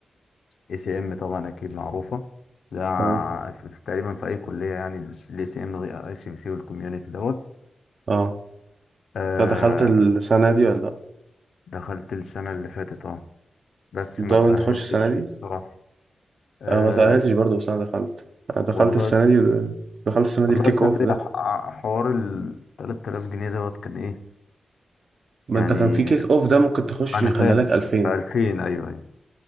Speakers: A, on the left; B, on the right.
A: اي سي ام طبعا اكيد معروفة ده ع-
B: اه
A: في- في- تقريبا في اي كلية يعني الاي سي ام اي سي بي سي والكوميونتي دوت
B: اه
A: آه،
B: أنت دخلت السنة دي ولا لا؟
A: دخلت السنة اللي فاتت اه بس
B: بتدور
A: ما تأهلتش
B: تخش السنة دي؟
A: الصراحة أه
B: انا ما تأهلتش برضه بس انا دخلت انا دخلت
A: والله
B: السنه
A: س...
B: دي دخلت السنه دي
A: والله
B: الكيك
A: السنة
B: اوف
A: دي
B: ده
A: ح- ع- حوار ال 3000 جنيه دوت كان ايه
B: ما
A: يعني
B: انت كان في كيك اوف ده ممكن تخش
A: أنا
B: يخلي
A: فاهم
B: لك 2000
A: 2000 أيوه أيوه